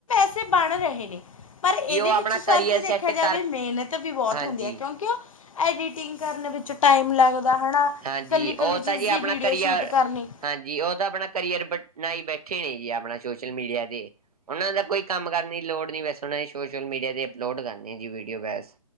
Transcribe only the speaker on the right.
ਆਪਣਾ
ਕਰੀਅਰ
ਸੈੱਟ
ਕਰ
ਹਾਂਜੀ
ਹਾਂਜੀ
ਉਹ ਤਾਂ
ਜੀ
ਆਪਣਾ
ਕਰੀਅਰ
ਹਾਂਜੀ ਉਹ ਤਾਂ ਆਪਣਾ ਕਰੀਅਰ ਬ ਬਨਾਈ ਬੈਠੇ ਨੇ ਜੀ ਆਪਣਾ ਸੋਸ਼ਲ ਮੀਡੀਆ ਤੇ। ਉਹਨਾਂ ਦਾ ਕੋਈ ਕੰਮ ਕਰਨ ਦੀ ਲੋੜ ਨੀ ਬਸ ਉਨਾ ਨੇ ਸੋਸ਼ਲ ਮੀਡੀਆ ਤੇ ਅਪਲੋਡ ਕਰਨੀ ਜੀ ਵੀਡੀਓ ਬਸ।